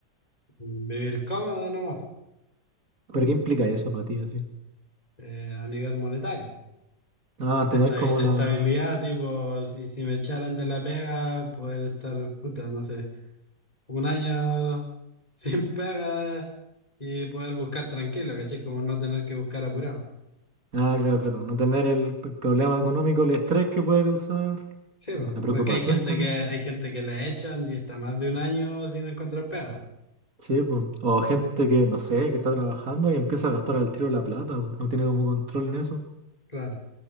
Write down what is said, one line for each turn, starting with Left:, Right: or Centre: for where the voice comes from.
Left: Vivir cómodo nomás,
Right: ¿Pero qué implica eso para ti así?
Left: eh, a nivel monetario.
Right: Ah,
Left: Esta,
Right: tener como
Left: estabilidad,
Right: la...
Left: tipo, si, si me echaran de la pega, poder estar, puta, no sé, un año <laughs> sin pega y poder buscar tranquilo, ¿cachai? Como no tener que buscar apurado.
Right: Ah, claro, claro, no tener el, p- problema económico, el estrés que puede causar,
Left: Sí,
Right: la
Left: po,
Right: preocupación
Left: porque hay gente
Right: también.
Left: que hay
Right: po.
Left: gente que la echan y está más de un año sin encontrar pega.
Right: Sí, pues. O gente
Left: Ah,
Right: que, no sé, que está trabajando y empieza a gastar al tiro la plata, po, No tiene como control en eso.
Left: claro. O